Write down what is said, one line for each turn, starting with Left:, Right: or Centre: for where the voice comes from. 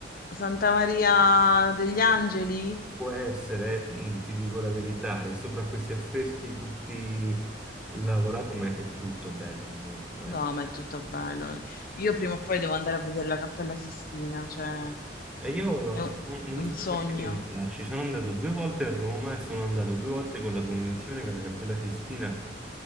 Left: Santa Maria degli Angeli?
Centre: Può essere, eh, mm, ti dico la verità, e sopra questi affreschi tutti lavorati, ma è tutto bello comunque quella.
Left: No, ma è tutto bello. Io prima o poi devo andare a vedere la Cappella Sistina, cioè
Centre: E io
Left: è
Centre: ancora
Left: un
Centre: non non
Left: un
Centre: sono
Left: sogno.
Centre: riuscito a entrarci, sono andato due volte a Roma e sono andato due volte con la convinzione che la Cappella Sistina,